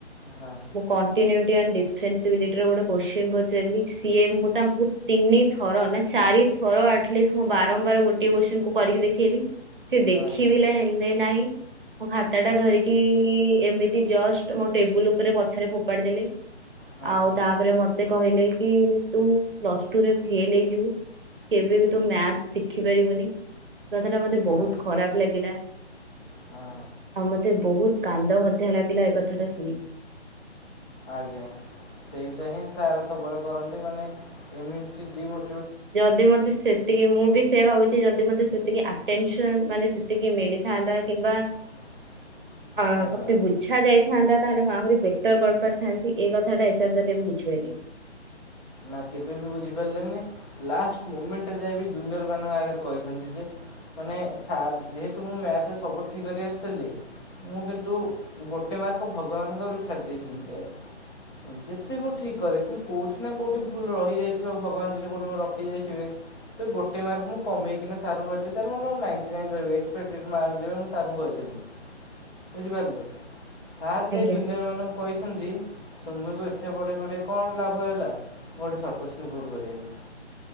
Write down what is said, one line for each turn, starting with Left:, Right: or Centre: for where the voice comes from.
Left: ହଁ।
Right: ମୁଁ କଣ୍ଟିନିଉଟି ଆଣ୍ଡ ଦିଫ୍ରେନ୍ସବିଲିଟି ରେ ଗୋଟେ କୋଶ୍ଚିନ୍ ପଚାରିଲି। ସିଏ ମୁଁ ତାଙ୍କୁ ତିନି ଥର ନା ଚାରି ଥର ଆଟଲିଷ୍ଟ ମୁଁ ବାରମ୍ବାର ଗୋଟିଏ କୋଶ୍ଚିନ୍ କୁ କରିକି ଦେଖ ଦେଖେଇଲି ସେ ଦେଖିବି
Left: ଆଜ୍ଞା
Right: ନା ନାହିଁ। ମୋ ଖାତା
Left: ହଁ
Right: ଟା ଧରି ଏଇ ଏମିତି ଜଷ୍ଟ ମୋ ଟେବୁଲ ଉପରେ ପଛରେ ଫୋପାଡି ଦେଲି।
Left: ହଁ
Right: ଆଉ ତା ତାପରେ ମତେ କହିଲେ କି ତୁ ପ୍ଲସ୍ ଟୁରେ ଫେଲେ ହେଇଯିବୁ। କେବେ ବି ତୁ ମ୍ୟାଥ ଶିଖି ପାରିବୁନି। କଥା ଟା ମତେ
Left: ହଁ
Right: ବହୁତ ଖରାପ ଲାଗିଲା।
Left: ହଁ।
Right: ଆଉ ମତେ ବହୁତ କାନ୍ଦ ମଧ୍ୟ ଲାଗିଲା। ଏ କଥାଟା ଶୁଣିିକି।
Left: ଆଜ୍ଞା ସେଇଟା ହିଁ ସାର୍ ସବୁବେଳେ କରନ୍ତି। ମାନେ ଏମିତି ଡି ମୋ
Right: ଯଦି ମତେ ସେ ସେତିକି ମୁଁ ବି ସେ ଭାବୁଛି ଯଦି ମତେ ସେତିକି ଆଟେନସନ ମାନେ ସେତିକି ମିଳିଥାନ୍ତା। କିମ୍ବା
Left: <inaudible>
Right: ଆ
Left: ଆଜ୍ଞା
Right: ମତେ ବୁଝ୍ ଇଛା ଯାଇଥାନ୍ତା ତାହଲେ ମୁଁ ଆହୁରି ବେଟର କରିପାରିଥାନ୍ତି ଏଇ କଥାଟା ଏସ ଆର ସାର କେବେ ବୁଝିପାରିଲେନି।
Left: ନା କେବେ ବି ବୁଝିପାରିଲେନି ଲାଷ୍ଟ ମୁମେଣ୍ଟରେ ଯାଇ ଜୁନିୟର ମାନଙ୍କ ଆଗରେ କହିଚନ୍ତି ଯେ ମାନେ ସାର୍ ଯେହେତୁ ମୁଁ ମ୍ୟାଥରେ ସବୁ ଠିକ୍ କରି ଆସିଥିଲି ମୁଁ କିନ୍ତୁ ଗୋଟେ ମାର୍କ ଭଗବାନଙ୍କ ଉପରୁ ଛାଡ଼ି ଦେଇେଇଥିଲି ଯେ ଯେତେ ମୁଁ ଠିକ୍ କରେ କିନ୍ତୁ କୋଉଠି କୋଉଠିନା କୋଉଠି ଭୁଲ ରହିଯାଇଥିବ ଭଗବାନ ଯଦି କୋଉଠି ମୋର ରଖି ଯାଇଥିବେ ତୁ ଗୋଟେ ମାର୍କ ମୁଁ କମେଇକିନା ସାରଙ୍କୁ କହିଥିଲେ ସାର୍ ମୋର ନାଇଣ୍ଟି ନାଇନ୍ ରହିବ ଏକ୍ସପେକ୍ଟେ୍ଡ୍ ମାର୍କ ଯିବ ମୁଁ ସାରଙ୍କୁ କହିଥିଲି ବୁଝିପାରିଲେ। ସାର୍ ଯେ
Right: ଆଜ୍ଞା
Left: ଜୁନିୟର ମାନଙ୍କୁ କହିଛନ୍ତି ସୋମ୍ୟକୁ ଏତେ ପଢ଼େଇ ପଢ଼େଇ କଣ ଲାଭ ହେଲା ମୁଁ ଗୋଟେ ସର୍ଟ କୋଶ୍ଚିନ ଭୁଲ କରିଆସିଛି